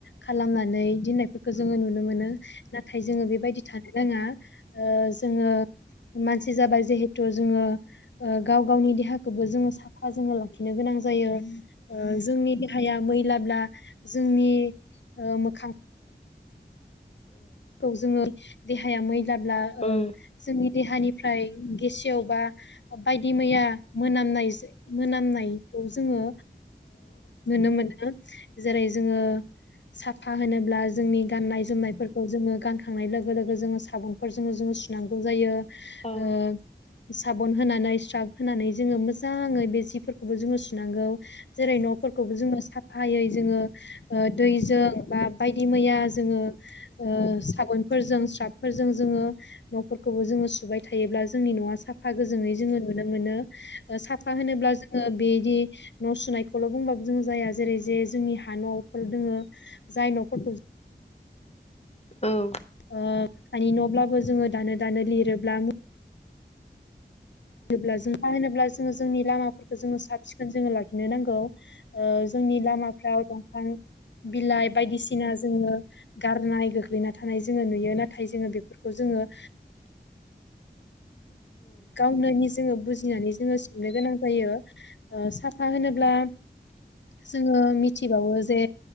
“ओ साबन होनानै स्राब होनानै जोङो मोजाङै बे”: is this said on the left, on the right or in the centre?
Left